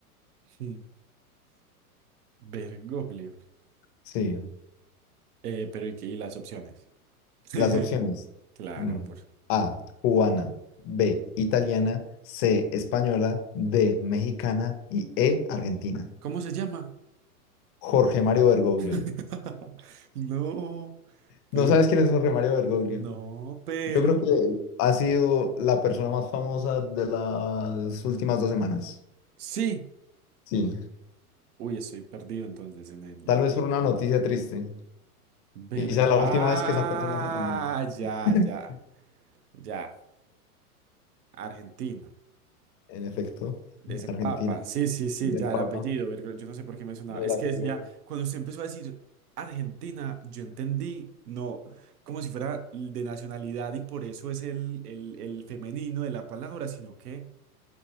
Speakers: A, on the right (about 80°); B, on the left (about 30°).
A: <laughs> Mm. Bergoglio.
B: Sí,
A: Eh, pero ¿y, qué- y las opciones? <laughs>
B: las opciones.
A: Claro,
B: Mm,
A: por...
B: A, cubana, B, italiana, C, española, D, mexicana y E, argentina.
A: ¿Cómo se llama?
B: Jorge Mario Bergoglio.
A: <laughs> No, pero...
B: ¿No sabes quién es Jorge Mario Bergoglio?
A: No, pero...
B: Yo creo que ha sido la persona más famosa de las últimas dos semanas.
A: Sí.
B: Sí,
A: Uy, estoy perdido entonces en el...
B: tal
A: En
B: vez
A: el...
B: por una noticia triste.
A: Vergo-
B: Y sea la
A: Ah,
B: última vez que esa persona sea famosa.
A: ya,
B: <laughs>
A: ya, ya. Argentino.
B: En efecto,
A: Es el
B: Argentina.
A: Papa, sí, sí, sí,
B: El
A: ya
B: Papa.
A: el apellido, verga, yo no sé por qué me sonaba.
B: El
A: Es
B: apellido.
A: que decía, cuando usted empezó a decir Argentina, yo entendí, no, como si fuera de nacionalidad y por eso es el, el, el femenino de la palabra, sino que,